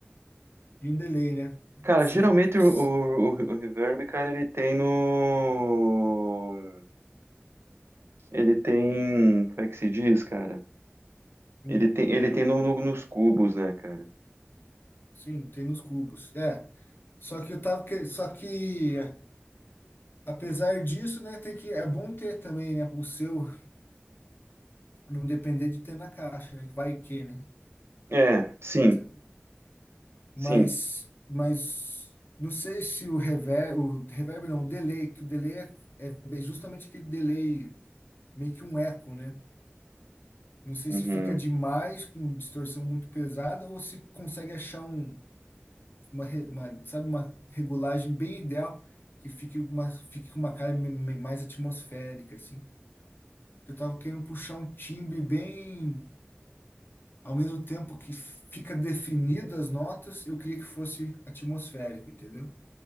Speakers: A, on the left; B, on the right.
A: e um delay, né?
B: Cara,
A: Se,
B: geralmente o,
A: se,
B: o, o o Reverb, cara, ele tem no. Ele tem. Como é que se diz, cara?
A: hum,
B: Ele tem, ele tem no, no- nos cubos, né, cara?
A: sim, tem nos cubos. É. Só que eu tava. que- Só que, é, apesar disso, né, tem que, é bom ter também, né, o seu. Não depender de ter na caixa, né? Vai que, né?
B: É, sim,
A: Sei lá. Mas,
B: sim.
A: mas não sei se o reverb, o reverb não, o delay, que o delay é, é é justamente aquele delay, meio que um eco, né? Não sei
B: Uhum.
A: se fica demais com distorção muito pesada ou se consegue achar um, uma, re- uma, sabe, uma regulagem bem ideal que fique uma, fique com uma cara me- me- mais atmosférica, assim. Eu tava querendo puxar um timbre bem ao mesmo tempo que fica definidas as notas, eu queria que fosse atmosférico, entendeu?